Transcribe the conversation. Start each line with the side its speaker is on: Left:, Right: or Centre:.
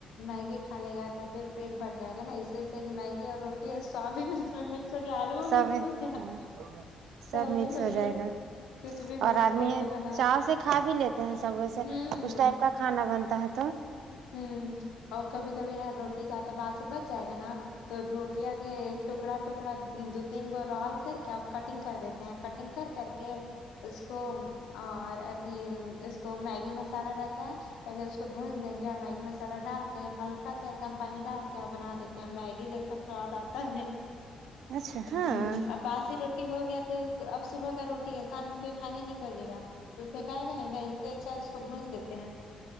Left: میگی کھا لے گا تو پھر پیٹ بھر جائے گا نا اس جیسے کہ میگی اور روٹی ہے سویابین اس میں ہو گیا آلو میں
Right: سب
Left: مکس ہو گیا
Right: ہاں سب
Left: سبزی
Right: مکس
Left: بن
Right: ہو جائے گا
Left: کچھ بھی
Right: اور
Left: مکس
Right: آدمی
Left: کر کے بنا
Right: چا سے کھا بھی لیتے ہیں سب ویسے
Left: ہوں
Right: اس ٹائپ کا کھانا بنتا ہے تو
Left: ہمم اور کبھی کبھی نا روٹی زیادہ باسی بچ جائے گا نا تو روٹیاں کے ٹکڑا ٹکڑا دو تین گو رال کر کیا کٹنگ کر دیتے ہیں کٹنگ کر کر کے اس کو اور اتیھی اس کو میگی مسالا رہتا ہے پہلے اس کو بھج گیا میگی مسالہ ڈال کے ہلکا سا ایک دم پانی ڈال کے اور بنا دیتے ہیں میگی جیسا سواد آتا ہے
Right: اچھا ہاں
Left: اب اب باسی روٹی ہو گیا تو اب صبح کا روٹی شام میں کوئی کھانے نہیں کھوجے گا تو پھینکائے گا ہی نا اس سے اچھا اس کو گونج دیتے ہیں